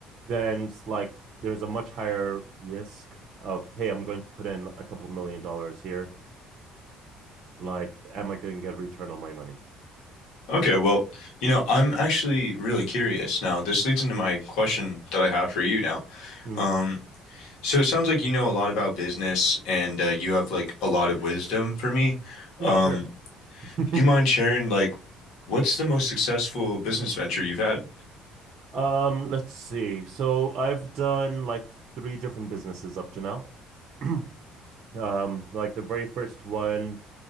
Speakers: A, on the right (about 50°); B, on the left (about 60°).
A: then it's like there's a much higher risk of, hey, I'm going to put in a couple million dollars here. Like, am I going to get a return on my money?
B: Okay, well, you know, I'm actually really curious now. This leads into my question that I have for you now.
A: Mm,
B: Um, so it sounds like you know a lot about business and uh, you have like a lot of wisdom for me. Um,
A: yeah, sure. <laughs>
B: Do you mind sharing, like, what's the most successful business venture you've had?
A: Um, let's see. So I've done like three different businesses up to now. <clears throat> Um, like the very first one,